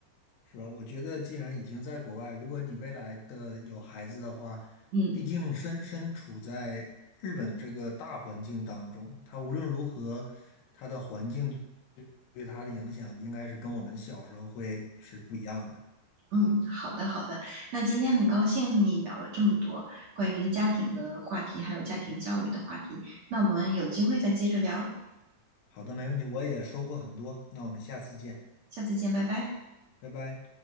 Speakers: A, on the left (about 80°); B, on the right (about 50°).
A: 是吧？我觉得既然已经在国外，如果你未来的有孩子的话，
B: 嗯。
A: 毕竟身身处在日本这个大环境当中，他无论如何，他的环境对他的影响应该是跟我们小时候会是不一样的。
B: 嗯，好的好的。那今天很高兴和你聊了这么多关于家庭的话题，还有家庭教育的话题。那我们有机会再接着聊，
A: 好的，没问题，我也收获很多，那我们下次见，
B: 下次见，拜拜。
A: 拜拜。